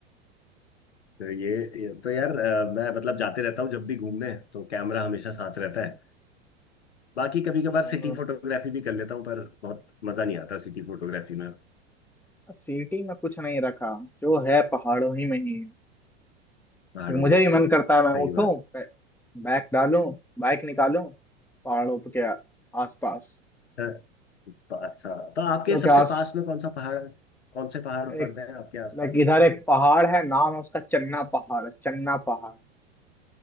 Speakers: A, on the left; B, in the centre.
A: तो ये, ये तो यार अ, मैं मतलब जाते रहता हूँ जब भी घूमने तो कैमरा हमेशा साथ रहता है बाकी कभी कभार
B: हाँ।
A: सिटी फोटोग्राफी भी कर लेता हूँ पर बहुत मजा नहीं आता सिटी फोटोग्राफी में
B: सिटी में कुछ नहीं रखा जो है पहाड़ों ही में ही है
A: पहाड़ों
B: लेकिन मुझे
A: में
B: भी मन करता
A: सही
B: है मैं उठूं
A: बात
B: बै- बैग डालूं बाइक निकालूं पहाड़ों के आसपास
A: है अच्छा तो आपके
B: हम लोग
A: सबसे
B: के आस
A: पास में कौन सा पहाड़ है कौन से पहाड़ पड़ते
B: एक
A: हैं आपके आसपास
B: लाइक इधर एक पहाड़ है नाम है उसका चन्ना पहाड़ चन्ना पहाड़